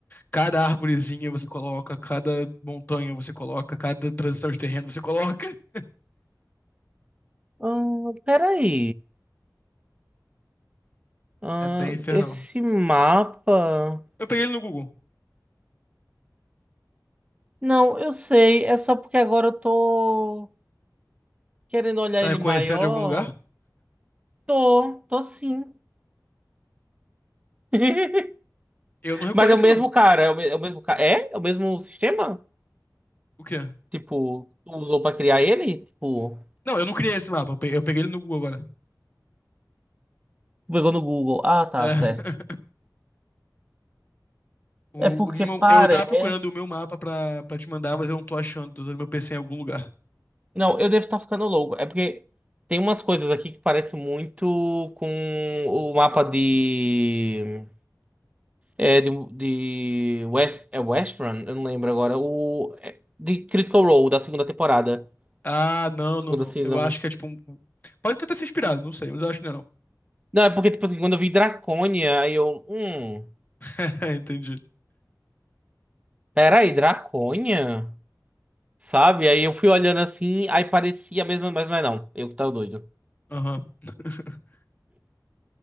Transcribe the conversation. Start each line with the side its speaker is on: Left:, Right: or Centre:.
Left: cada árvorezinha você coloca, cada montanha você coloca, cada transição de terreno você coloca. <laughs>
Right: Ahn, peraí. Ahn,
Left: É bem infernal.
Right: esse mapa.
Left: Eu peguei ele no Google.
Right: Não, eu sei. É só porque agora eu tô querendo olhar
Left: Tá
Right: ele
Left: reconhecendo
Right: maior.
Left: de algum lugar?
Right: Tô, tô sim. <laughs>
Left: Eu não reconheço,
Right: Mas é o mesmo
Left: não.
Right: cara, é o, me- é o mesmo cara. É? É o mesmo sistema?
Left: O quê?
Right: Tipo, tu usou pra criar ele? Tipo,
Left: Não, eu não criei esse mapa. Eu pe- eu peguei ele no Google agora.
Right: tu pegou no Google. Ah, tá,
Left: É. <laughs>
Right: certo.
Left: O,
Right: É porque
Left: o meu-
Right: parece.
Left: eu tava procurando o meu mapa pra, pra te mandar, mas eu não tô achando. Tô usando meu PC em algum lugar.
Right: Não, eu devo estar ficando louco. É porque tem umas coisas aqui que parecem muito com o mapa de. É, de, de West, é West Run? Eu não lembro agora. O, é, de Critical Role, da segunda temporada.
Left: Ah, não,
Right: Segunda
Left: não, não.
Right: season.
Left: Eu acho que é tipo um. um- Pode até ter se inspirado, não sei, mas eu acho que não. é não.
Right: Não, é porque, tipo assim, quando eu vi Draconia, aí eu. Hum.
Left: <laughs> Entendi.
Right: Peraí, Draconha? Sabe? Aí eu fui olhando assim, aí parecia a mesma, mas, mas não. Eu que tava doido.
Left: Aham. <laughs>